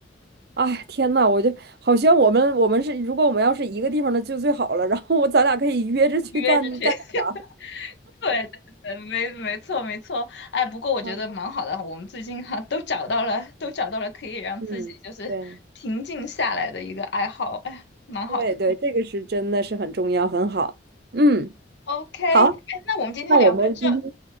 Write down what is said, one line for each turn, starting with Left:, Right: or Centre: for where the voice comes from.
Right: 哎，天呐，我就好像我们我们是如果我们要是一个地方的就最好了。然后我咱俩可以约着去干干点
Left: 约着去。<laughs> 对对对，没没错没错。哎，不过我觉得蛮好的，
Right: 啥。
Left: 我们最近哈、都找到了，都找到了可以让自己就是平静下来的一个爱好，
Right: 嗯，对，
Left: 哎，蛮好的。
Right: 对对，这个是真的是很重要，很好。嗯，
Left: OK，
Right: 好，
Left: 哎那我们今天聊到这，
Right: 那我们今天